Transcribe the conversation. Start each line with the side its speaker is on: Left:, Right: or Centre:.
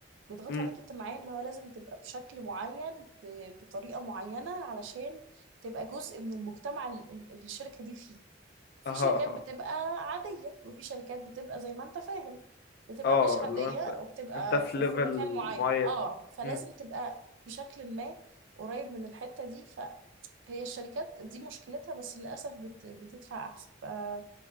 Right: بيضغطوا
Left: مم.
Right: عليك اجتماعيا اللي هو لازم تبقى بشكل معين ب- بطريقة معينة علشان تبقى جزء من المجتمع ال- ال- الشركة دي فيه في
Left: اها
Right: شركات
Left: اها
Right: بتبقى عادية وفي شركات بتبقى زي ما انت فاهم بتبقى
Left: اه
Right: مش عادية
Left: اللي هو انت
Right: وبتبقى
Left: انت في
Right: في,
Left: ليفل
Right: في مكان معين
Left: معين
Right: اه فلازم
Left: مم.
Right: تبقى بشكل ما قريب من الحتة دي فهي الشركات دي مشكلتها بس للأسف بت بتدفع أحسن فأنا